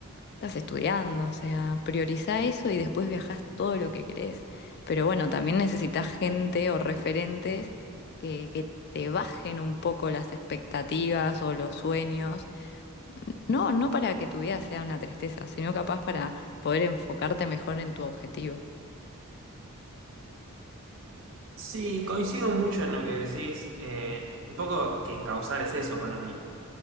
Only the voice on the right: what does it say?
Sí, coincido mucho en lo que decís. eh, un poco que encauzar es eso para mí.